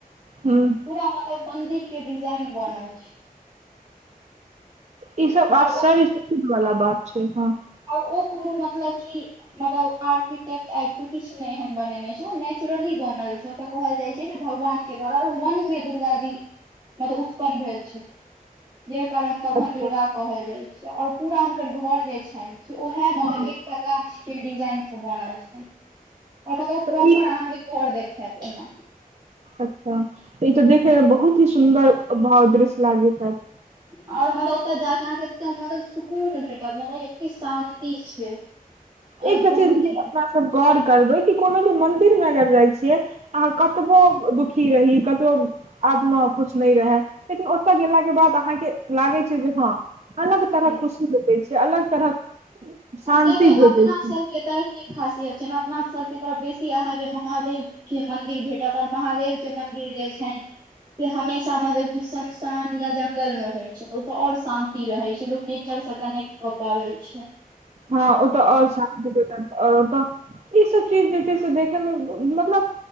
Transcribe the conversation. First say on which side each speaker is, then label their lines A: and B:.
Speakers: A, on the right; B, on the right.
A: हूँ
B: पूरा मन् मंदिर के डिजाइन बनल छै।
A: ई सब
B: आओर
A: आश्चर्य
B: ओ
A: चकित बला बात छै हाँ
B: आओर ओ कोनो मतलब की मतलब आर्किटेक्ट आइब के किछु नहि एहन बनेने छै ओ नेचुरली बनल छै ओतऽ कहल जाइ छै जे भगवान के द्वारा वनमे दुर्गाजी मतलब उत्पन्न भेल छथिन इहे कारण हुनका
A: अच्छा
B: वन दुर्गा कहल जाय छै आओर पूरा हुनकर घर जे छैन से उहे मतलब
A: हँ
B: एकटा गाछ के डिजाइन सँ बनल छै आओर मतलब
A: तऽ
B: प्रॉपर
A: ई
B: अहाँके घर देखैत एना।
A: अच्छा ई तऽ देखैमे बहुत ही सुन्दर भाव दृश्य लागैत हैत।
B: आओर मतलब ओतऽ जाक अहाँके एकदम मतलब सुकून भेटत मतलब एते शान्ति छै। <inaudible>
A: एकटा
B: बहुत
A: चीज के
B: ही
A: अपना सब गौर करबै कि कोनो भी मंदिर मे अगर जाइ छियै। आ कतबो दुखी रही कतबो आत्मा खुश नहि रहै लेकिन ओतऽ गेलाके बाद अहाँके लागै छै जे हँ अलग
B: ह
A: तरहक खुशी भेटै छै अलग तरहक शान्ति
B: आओर तै मे
A: भेटै
B: अपना
A: छै
B: सब के तऽ की खासियत छै न अपना सभके तरफ बेसी अहाँके महादेव के मंन्दिर भेटत आओर महादेव के मंन्दिर जे छनि के हमेशा मतलब कि सुनसान या जंगल मे होइ छै ओतऽ आओर शांत ति रहै छै लोक नेचर सँ कनेक्ट कऽ पाबै छै।
A: हँ ओ तऽ आओर शांत <unintelligible> आओर ओतऽ ईसभ चीज जे छै से देखयमे मतलब